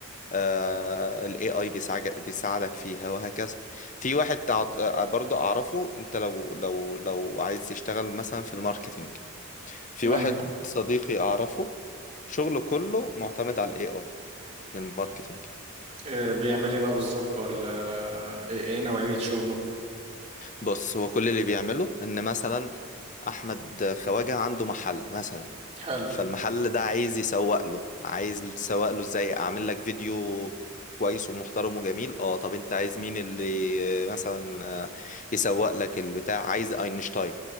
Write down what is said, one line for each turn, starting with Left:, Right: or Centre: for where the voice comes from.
Left: آه، ال AI بيساعدك بيساعدك فيها وهكذا في واحد تع- آه، برضو اعرفه انت لو لو لو عايز تشتغل مثلا في الماركتينج في
Right: تمام
Left: واحد صديقي اعرفه شغله كله معتمد على ال AI من الماركتينج
Right: إيه بيعمل ايه بقى بالظبط ولا ايه إيه نوعية شغله
Left: بص هو كل اللي بيعمله ان مثلا احمد خواجه عنده محل مثلا
Right: حلو
Left: فالمحل ده عايز يسوق له عايز تسوق له ازاي اعمل لك فيديو كويس ومحترم وجميل اه طب انت عايز مين اللي مثلا آه، يسوق لك البتاع عايز اينشتاين